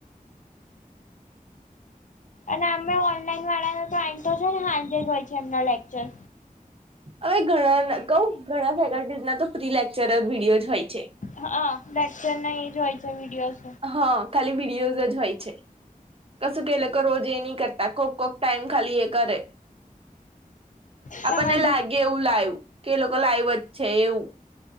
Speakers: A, on the left; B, on the right.
A: અને અમે ઓનલાઈન વાળા <unintelligible> છે ને સાંજે જ હોય છે એમનો લેક્ચર
B: હવે ઘણા કઉ ઘણા ફેકલ્ટીઝ ના તો પ્રી લેક્ચરર વિડીયો જ હોય છે
A: હા લેક્સર ન એજ હોય છે વિડીયોસ
B: હા ખાલી વિડીયોઝ જ હોય છે કશું કે લોકો રોજ એ ન કરતા કોક કોક ટાઈમ ખાલી એ કરે
A: તમારા
B: આપણને
A: ભાઈ
B: લાગે કેવું લાઈવ કે લોકો લાઈવ જ છે એવું